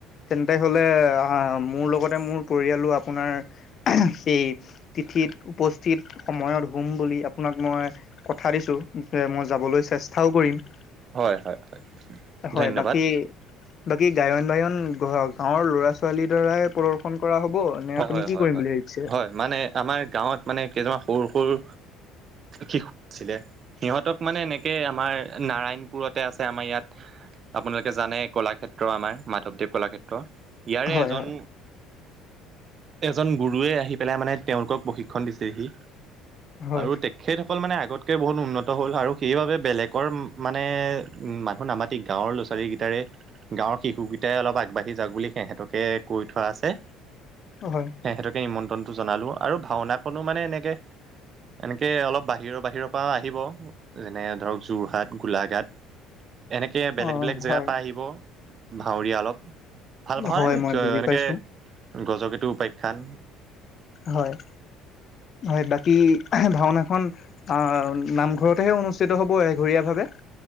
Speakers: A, on the left (about 35°); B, on the right (about 35°).
A: তেন্তে হলে অঁ মুৰ লগতে মুৰ পৰিয়ালো আপোনাৰ হেই তিথিত উপস্থিত সময়ত হুম বুলি আপোনাক মই কথা দিছো যে মই যাবলৈ চেষ্টাও কৰিম <unintelligible>
B: হয় হয় হয়
A: হয়
B: ধন্যবাদ
A: বাকী বাকী গায়ন বায়ন গাওৰ ল'ৰা ছোৱালীৰ দ্বাৰাই প্ৰদৰ্শন কৰা হ'ব নে
B: হয়
A: আপুনি
B: হয়
A: কি
B: হয়
A: কৰিম
B: হয়
A: বুলি ভাবিছে
B: হয় মানে আমাৰ গাঁৱত মানে কেইজনমান সৰু সৰু শিশু আছিলে সিহঁতক মানে এনেকে আমাৰ নাৰায়ণপুৰতে আছে আমাৰ ইয়াত আপোনালোকে জানে কলাক্ষেত্ৰ আমাৰ মাধৱদেৱ কলাক্ষেত্ৰ ইয়াৰে
A: হয়
B: এজন
A: হয়
B: এজন গুৰুৱে আহি পেলাই মানে তেওঁলোকক প্ৰশিক্ষণ দিছেহি
A: হয়
B: আৰু তেখেত অকল মানে আগতকৈ বহুত উন্নত হ'ল আৰু সেইবাবে বেলেগৰ মানে মানুহ নামাতি গাঁৱৰ <unintelligible> ল' ছোৱালী কেইটাৰে গাঁৱৰ শিশুকেইটাই অলপ আগবাঢ়ি যাওক বুলি সিহঁতকে কৈ থোৱা আছে
A: হয়
B: সিহঁতকে নিমন্ত্ৰণটো জনালো আৰু ভাওনা কনো মানে এনেকে এনেকে অলপ বাহিৰৰ বাহিৰৰ পৰাও আহিব যেনে ধৰক যোৰহাট গোলাঘাট এনেকে বেলেগ
A: অ
B: বেলেগ জেগাৰ
A: হয়
B: পৰা আহিব ভাৱৰীয়া অলপ ভাল ভা
A: হয়
B: নাই
A: মই বুজি
B: এনেকে
A: পাইছো
B: গজকটো উপাখ্যান
A: হয় হয় বাকী ভাওনাখন আহ নামঘৰতেহে অনুষ্ঠিত হ'ব এঘৰীয়া ভাৱে <inaudible>